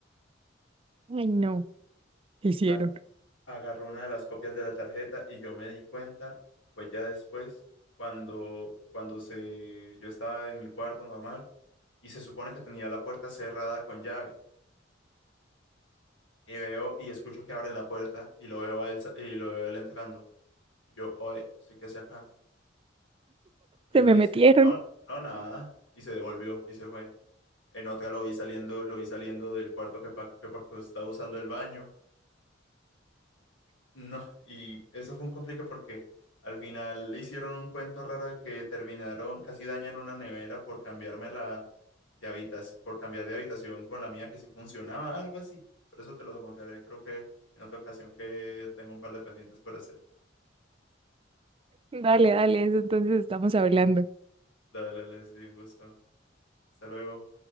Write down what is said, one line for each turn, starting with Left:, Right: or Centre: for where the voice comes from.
Right: Ay, no. ¿Qué hicieron?
Left: A- agarró una de las copias de la tarjeta y yo me di cuenta, fue ya después, cuando, cuando se, yo estaba en mi cuarto normal y se supone que tenía la puerta cerrada con llave. Y veo y escucho que abren la puerta y lo veo a él, sa- y lo veo a él entrando. Y yo, oye, ¿usted qué hace acá? Y
Right: Se
Left: él
Right: me
Left: me dice,
Right: metieron.
Left: no, no, nada. Y se devolvió y se fue. En otra lo vi saliendo, lo vi saliendo del cuarto que, pa- que porque estaba usando el baño. No, y eso fue un complique porque al final le hicieron un cuento raro de que terminaron, casi dañan una nevera por cambiarme la de habitación, por cambiar de habitación con la mía que sí funcionaba, algo así. Pero eso te lo contaré, creo que en otra ocasión que tengo un par de pendientes por hacer.
Right: Dale, dale, eso entonces estamos hablando.
Left: Dale, Leslie, un gusto. Hasta luego.